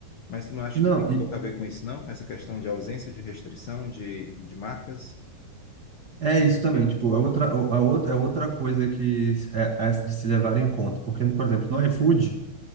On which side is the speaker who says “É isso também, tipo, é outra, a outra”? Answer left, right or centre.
Right